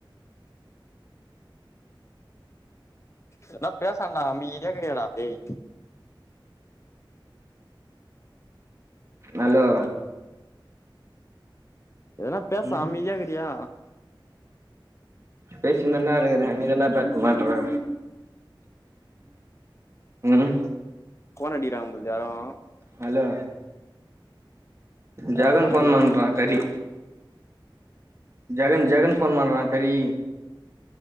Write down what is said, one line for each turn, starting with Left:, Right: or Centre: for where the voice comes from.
Left: எதுனா பேசண்டா அமைதியா இருக்றியடா டேய்
Right: ஹலோ
Left: எதுனா பேச
Right: ம்
Left: அமைதியா இருக்றியா
Right: பேசின் தான்டா இருக்றே நீதாண்ட பேச மாட்ற ம்
Left: ஃபோன் அடிக்றாங்க போல்து யாரும்
Right: ஹலோ
Left: யாரோ
Right: ஜகன் ஃபோன்
Left: அடிக்கிறாங்க
Right: பண்றா
Left: போல உனக்கு
Right: கறி ஜகன் ஜகன் ஃபோன் பண்றா கறி